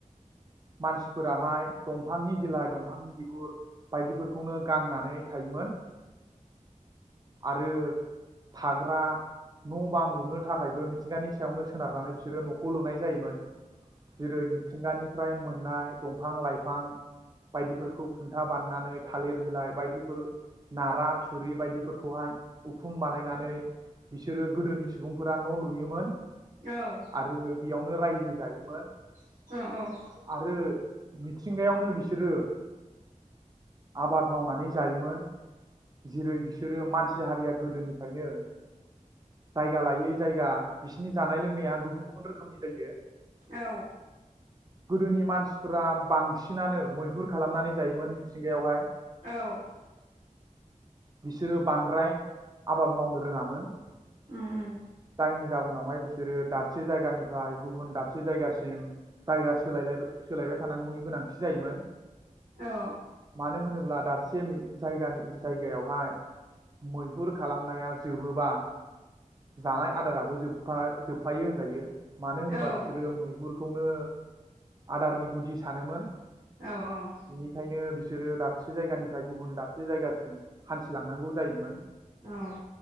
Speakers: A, on the right; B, on the right.
A: मानसिफोराहाय दंफांनि बिलाइ दंफांनि बिगुर बायदिफोरखौनो गाननानै थायोमोन आरो थाग्रा न' बां लुनो थाखायबो मिथिंगानि सायावनो सोनारनानै बिसोरो न'खौ लुनाय जायोमोन जेरै मिथिंगानिफ्राय मोननाय दं फां लाइफां बायदिफोरखौ खुन्था बाननानै थालिर बिलाइ बायदिफोर नारा थुरि बायदिफोरखौहाय उखुम बानायनानै बिसोरो गोदोनि सुबुंफोरा न' लुयोमोन।
B: औ।
A: आरो बेयावनो रायजो जायोमोन।
B: औ
A: आरो मिथिंगायावनो बिसोरो आबाद मावनानै जायोमोन जेरै बिसोरो मानसि हारिया गोदोनिफ्रायनो जायगा लायै जायगा बिसिनि जानाय लोंनाया गुबुन गुबुन रोखोमनि जायो।
B: औ
A: गोदोनि मानसिफ्रा बांसिनानो मैहुर खालामनानै जायोमोन मिथिंगायावहाय।
B: औ।
A: बिसोरो बांद्राय आबाद मावनो रोङामोन।
B: उम उम।
A: जायनि जाउनावहाय बिसोरो दाबसे जायगानिफ्राय गुबुन दाबसे जायगासिम जायगा सोलायलायबा सोलायबाय थानांगौनि गोनांथि जायोमोन।
B: औ।
A: मानो होनोब्ला दाबसे मि जायगानि जायगायावहाय मैहुर खालामनाया जोबोबा जानाय आदाराबो जोबफा जोबफायो होनजायो। मानो होनोबा
B: औ
A: बिसोरो मैहुर खौनो आदारनि गुदि सानोमोन।
B: औ
A: बेनिखायनो बिसोरो दाबसे जायगानिफ्राय गुबुन दाबसे जायगासिम हान्थिलांनांगौ जायोमोन।
B: औ